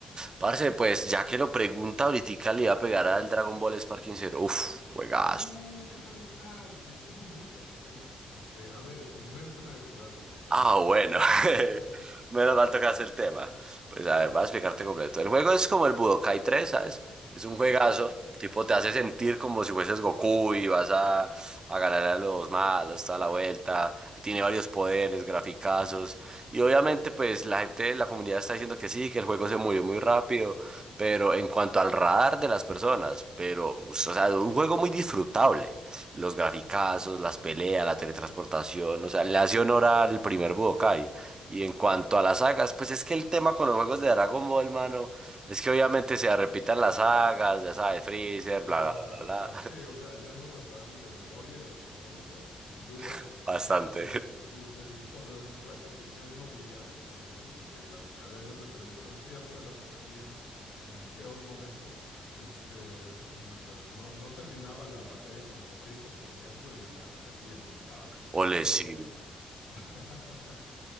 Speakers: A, on the right (about 35°); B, on the left (about 80°).
A: Parce, pues ya que lo pregunta, ahorita le iba a pegar al Dragon Ball Sparking Zero. Uf, juegazo.
B: Uh, ¿qué tal está? Le tengo muchas ganas. Este, a ver, convénceme de jugarlo, por favor.
A: Ah, bueno.
B: <laughs>
A: <laughs> Menos mal tocaste el tema. Pues a ver, voy a explicarte completo. El juego es como el Budokai tres, ¿sabes? Es un juegazo.
B: Ajá.
A: Tipo, te hace sentir como si fueses Goku y vas a, a ganar a los malos toda la vuelta. Tiene varios poderes, graficazos. Y obviamente, pues la gente, la comunidad está diciendo que sí, que el juego se murió muy rápido. Pero en cuanto al radar de las personas, pero, o sea, un juego muy disfrutable los graficazos, las peleas, la teletransportación, o sea, le hace honor al primer Budokai. Y en cuanto a las sagas, pues es que el tema con los juegos de Dragon Ball, mano, es que obviamente se repitan las sagas, ya sabes, Freezer,
B: Claro,
A: bla, bla, bla,
B: claro.
A: bla,
B: Sí, o sea, ya nos la sabemos de memoria en Latinoamérica, sin duda,
A: <laughs> bastante.
B: <laughs> este, de- de- y por eh, repetición obligada también, porque las cadenas de televisión siempre las repetían en el peor momento. <laughs> Este, no, no terminaba la batalla contra Freezer, por ejemplo, y la repetían y ¡ah,
A: Ole,
B: qué agobio!
A: sí.
B: <laughs>